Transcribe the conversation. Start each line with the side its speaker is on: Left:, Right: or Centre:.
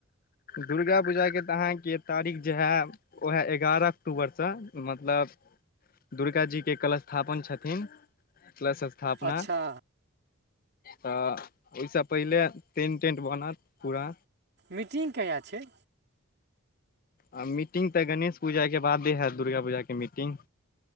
Left: दुर्गा पूजाके तऽ अहाँके तारीख जे हैव। <inaudible> ओएह एगारह अक्टूबर सँ, मतलब दुर्गा जीके कलश स्थापन छथिन, कलश स्थापना।
Right: अच्छा
Left: तऽ ओहि सँ पहिले, टेंट-टेंट बनत पूरा।
Right: मीटिंग कहिया छै?
Left: आ मीटिंग तऽ गणेश पूजाके बादे हैत, दुर्गा पूजाके मीटिंग।